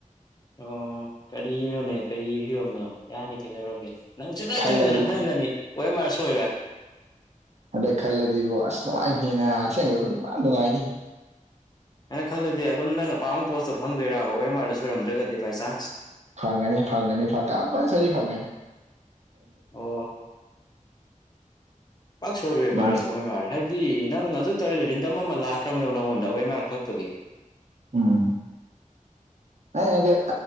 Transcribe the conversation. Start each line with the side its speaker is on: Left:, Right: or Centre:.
Left: ꯑꯣ ꯀꯔꯤꯅꯣꯅꯦ ꯀꯔꯤ ꯐꯤꯌꯣꯝꯅꯣ ꯌꯥꯅꯤ ꯀꯩꯗꯧꯔꯒꯦ ꯅꯪ ꯁꯨꯡꯛꯂꯥꯏ
Right: ꯈꯜꯂꯗꯤ
Left: ꯆꯨꯝꯣꯏꯗꯅꯣ ꯈꯪꯒꯅꯤ ꯑꯣꯏꯔꯝ ꯃꯥꯜ ꯁꯣꯏꯔꯣꯏ
Right: ꯑꯟꯗꯛ ꯈꯜꯂꯗꯤꯕꯣ ꯑꯁ ꯅꯨꯡꯉꯥꯏ ꯍꯦꯅ ꯑꯁꯦꯡꯕ ꯑꯣꯏꯕꯨ ꯅꯨꯡ ꯅꯨꯡꯉꯥꯏꯅꯤ
Left: ꯑꯩꯅ ꯈꯜꯂꯗꯤ ꯑꯗꯨꯝ ꯅꯪꯅ ꯄꯥꯝꯕ ꯄꯣꯁꯇꯣ ꯐꯪꯗꯣꯏꯥꯕ ꯑꯣ ꯑꯦꯝ ꯑꯥꯔꯗ ꯁꯣꯏꯔꯝꯗ꯭ꯔꯒꯗꯤ ꯕꯥꯏ ꯆꯥꯟꯁ
Right: ꯐꯪꯒꯅꯤ ꯐꯪꯒꯅꯤ ꯀꯝꯄꯜꯁꯔꯤ ꯐꯪꯒꯅꯤ
Left: ꯑꯣ ꯄꯥꯛ ꯁꯣꯏꯔꯣꯏꯦ
Right: ꯃꯥꯁ
Left: ꯚꯔꯁꯨ ꯑꯣꯏ ꯃꯥꯜꯔꯦ ꯍꯥꯏꯗꯤ ꯅꯪ ꯑꯗꯨ ꯇꯧꯔꯗꯤ ꯔꯤꯗꯝꯝ ꯑꯃ ꯂꯥꯛꯦ ꯑꯀ꯭ꯔꯝ ꯌꯅꯉꯣꯟꯗꯋꯥꯦ ꯃꯌꯥꯝ ꯍꯣꯠꯠꯇꯦ
Right: ꯎꯝ ꯅꯗꯤ